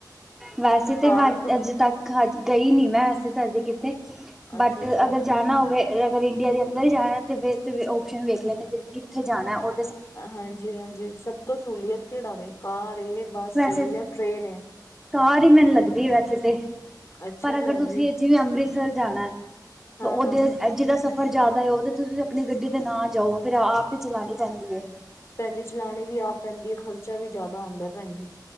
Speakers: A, in the centre; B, on the left (about 40°).
A: ਵੈਸੇ
B: ਕਾਰ
A: ਤਾਂ ਮੈਂ
B: ਤੋਂ
A: ਅਜੇ ਤੱਕ ਹਜ ਗਈ ਨੀ ਮੈਂ ਵੈਸੇ ਤਾਂ ਹਜੇ ਕਿੱਥੇ
B: ਅੱਛਾ
A: ਬਟ
B: ਅੱਛਾ
A: ਅਗਰ ਜਾਣਾ ਹੋਵੇ ਅਗਰ ਇੰਡੀਆ ਦੇ ਅੰਦਰ ਈ ਜਾਣਾ ਤੇ ਫੇਰ ਤਾਂ ਓਪਸ਼ਨ ਵੇਖ ਲੈਂਨੇ ਕਿੱਥੇ ਜਾਣਾ ਉ
B: ਹਾਂਜੀ-ਹਾਂਜੀ ਸਭ ਤੋਂ ਸੂਲੀਅਤ ਕੇੜਾ ਵੇ ਕਾਰ ਏ, ਬੱਸ
A: ਵੈਸੇ
B: ਏ ਜਾਂ ਟ੍ਰੇਨ ਏ?
A: ਕਾਰ ਈ ਮੈਨੂੰ ਲੱਗਦੀ ਏ ਵੈਸੇ ਤੇ
B: ਅੱਛਾ
A: ਪਰ
B: ਭੈਣ
A: ਅਗਰ ਤੁਸੀਂ
B: ਜੀ
A: ਜਿਵੇਂ ਅੰਮ੍ਰਿਤਸਰ ਜਾਣਾ
B: ਹਾਂ
A: ਓਦੇ
B: ਹਾਂ
A: ਅ ਜੀਦਾ ਸਫ਼ਰ ਜਾਦਾ ਏ ਓਦੇ ਚ ਤੁਸੀਂ ਆਪਣੀ ਗੱਡੀ ਤੇ ਨਾ ਜਾਓ। ਫਿਰ ਆਪ ਈ ਚਲਾਣੀ ਪੈਂਦੀ ਏ।
B: ਪੈਣ ਜੀ ਚਲਾਣੀ ਵੀ ਆਪ ਪੈਂਦੀ ਏ ਖਰਚਾ ਵੀ ਜਾਦਾ ਆਂਦਾ ਪੈਣ ਜੀ